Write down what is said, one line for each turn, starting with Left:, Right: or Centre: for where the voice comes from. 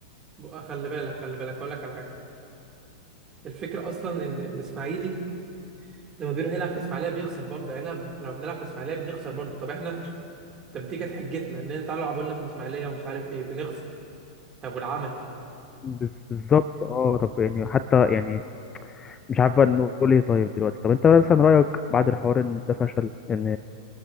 Right: بقى خلي بالك خلي بالك اقول لك على حاجه الفكره اصلا ان الاسماعيلي لما بيروح يلعب في اسماعيليه بيخسر برضه يعني أنا- لما بنلعب في اسماعيليه بنخسر برضه طب احنا طب دي كانت حجتنا ان انت تعالوا العبوا لنا في الاسماعيليه ومش عارف ايه بنخسر طب والعمل
Left: بز- بالظبط اه طب يعني حتى يعني مش عارف بقى نقول ايه طيب دلوقتي طب انت مثلا رأيك بعد الحوار ان ده فشل ان